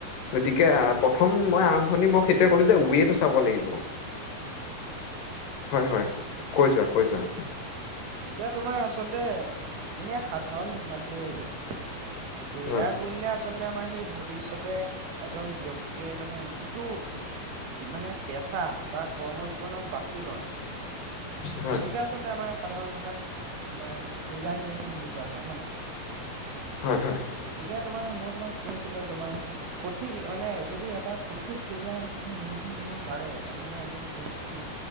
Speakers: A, on the left; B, on the right.
A: গতিকে অহ প্ৰথম মই আৰম্ভণি মই সেইটোৱে কলোঁ যে ৱে টো চাব লাগিব। হয়, হয়। কৈ যোৱা কৈ যোৱা
B: এতিয়া তোমাৰ আচলতে- এনে সাধাৰণ ভাষাত দেই- কেৰিয়াৰ
A: হয়
B: বুলিলে, আছ চলতে আমাৰ হেই ভবিষ্যতে, এজন ব্যক্তি ক্তিয়ে মানে যিটো, মানে পেচা বা কৰ্ম জীৱনক বাচি লয়,
A: হয়
B: সেইটোকে আচলতে আমাৰ সাধাৰণ ভাষাত তোমাৰ, কেৰিয়াৰ নিৰ্বাচন বুলি কোৱা হয়। হয়নে নহয়?
A: হয় হয়
B: গতিকে তোমাৰ, মই তোমাক কৈছিলোৱে তোমাৰ, সঠিক মানে, যদি এটা সঠিক কেৰিয়াৰ আচলতে নিৰ্বাচন কৰিব পাৰে। তেনেহলে এজন ব্যক্তি,